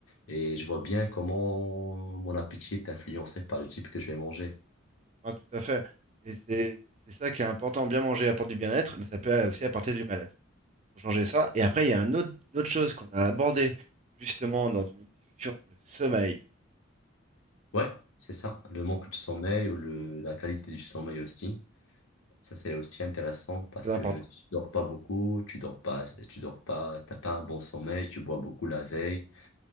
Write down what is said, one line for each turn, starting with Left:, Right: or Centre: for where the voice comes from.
Left: Et je vois bien comment mon appétit est influencé par le type que je vais manger.
Right: Enfin, tout à fait. Et c'est c'est ça qui est important. Bien manger apporte du bien-être, mais ça peut aussi apporter du mal-être. Faut changer ça. Et après, il y a un autre- une autre chose qu'on a abordée justement dans une autre discussion, le sommeil.
Left: Ouais, c'est ça, le manque de sommeil ou le, la qualité du sommeil aussi. Ça, c'est aussi intéressant parce
Right: C'est
Left: que
Right: important.
Left: tu dors pas beaucoup, tu dors pas, tu dors pas, t'as pas un bon sommeil, tu bois beaucoup la veille.